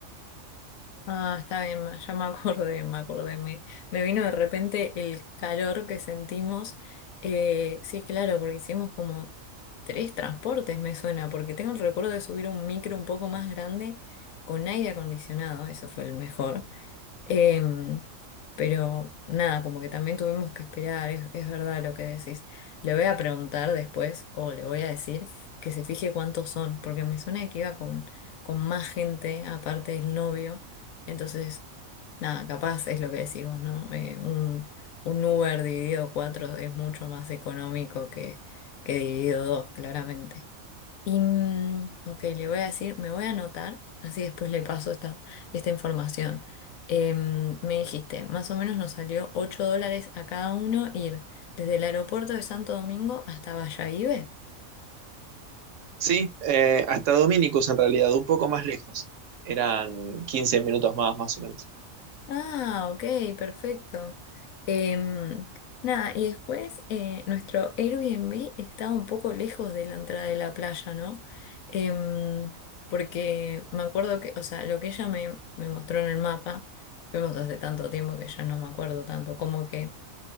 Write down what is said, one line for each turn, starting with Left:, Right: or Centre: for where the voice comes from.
Left: Ah, está bien, ma- ya me acordé, me acordé. Me, me vino de repente el calor que sentimos. Eh, sí, claro, porque hicimos como tres transportes, me suena, porque tengo el recuerdo de subir a un micro un poco más grande con aire acondicionado, eso fue el mejor. Em, pero nada, como que también tuvimos que esperar, es, es verdad lo que decís. Le voy a preguntar después, o le voy a decir, que se fije cuántos son, porque me suena que iba con, con más gente, aparte del novio. Entonces, nada, capaz es lo que decís vos, ¿no? Eh, un, un Uber dividido cuatro es mucho más económico que, que dividido dos, claramente. Y, mm, ok, le voy a decir, me voy a anotar, así después le paso esta, esta información. Em, me dijiste, más o menos nos salió 8 dólares a cada uno ir desde el aeropuerto de Santo Domingo hasta Bayahibe.
Right: Sí, eh, hasta Dominicus en realidad, un poco más lejos. Eran 15 minutos más, más o menos.
Left: Ah, ok, perfecto. Em, nada, y después eh, nuestro Airbnb está un poco lejos de la entrada de la playa, ¿no? Em, porque me acuerdo que, o sea, lo que ella me, me mostró en el mapa, fuimos hace tanto tiempo que ya no me acuerdo tanto, como que